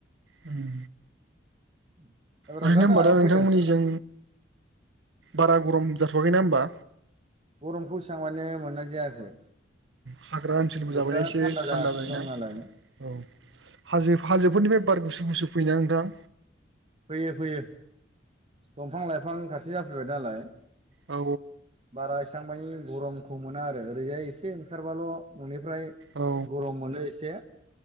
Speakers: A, on the right (about 70°); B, on the right (about 30°).
A: उम
B: <inaudible>
A: ओरैनो
B: जा
A: होमबा
B: गाहायाव
A: दा नोंथांमोननिजों
B: फैदों
A: बारा गरम जाथ'वाखै ना होमबा?
B: गरमखौ एसां माने मोननाय जायाखै।
A: हाग्रा ओनसोलबो
B: बोथोरा
A: जाबायना एसे थान्दा
B: जागासिनो
A: जायोना।
B: दं नालाय
A: औ हाजो हाजोफोरनिफ्राय बार गुसु गुसु फैयोना नोंथां?
B: फैयो फैयो-दंफां लाइफां खाथि जाफैबाय नालाय।
A: औ
B: बारा एसां मानि गरमखौ मोना आरो ओरैजाय एसे ओंखारबाल' न'निफ्राय
A: औ
B: गरम मोनो एसे।